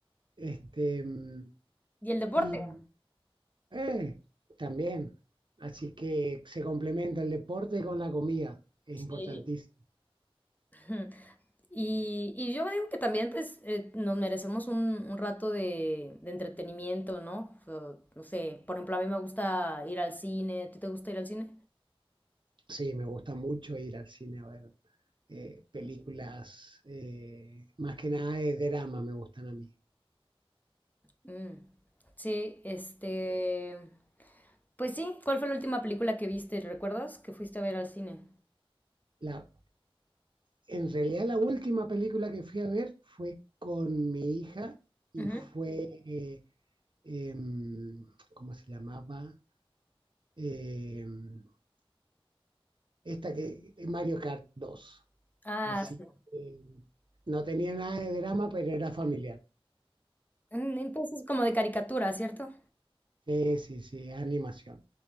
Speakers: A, on the right; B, on the left.
A: Este, mm,
B: Y el deporte.
A: y eh, también, así que se complementa el deporte con la comida, es
B: Sí.
A: importantísimo.
B: Ujú. Y, y yo digo que también pues eh, nos merecemos un, un rato de, de entretenimiento, ¿no? O, no sé, por ejemplo, a mí me gusta ir al cine, ¿tú te gusta ir al cine?
A: Sí, me gusta mucho ir al cine a ver eh, películas, eh, más que nada de drama me gustan a mí.
B: Mm. Sí, este... Pues sí, ¿cuál fue la última película que viste? ¿Recuerdas que fuiste a ver al cine?
A: La, En realidad la última película que fui a ver fue con mi hija y
B: Ujú.
A: fue, eh, em, ¿cómo se llamaba? Em, esta que, Mario Kart 2.
B: Ah,
A: Así
B: sí.
A: que em, no tenía nada de drama, pero era familiar.
B: Mm, Entonces como de caricatura, ¿cierto?
A: Sí, sí, sí, es animación.